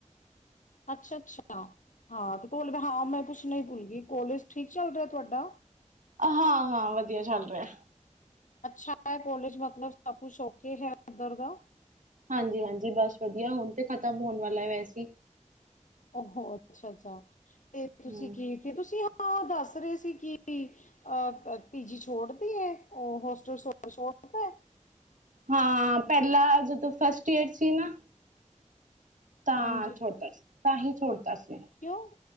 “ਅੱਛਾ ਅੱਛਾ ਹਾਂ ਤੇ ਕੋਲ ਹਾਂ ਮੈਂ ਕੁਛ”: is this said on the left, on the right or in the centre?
Left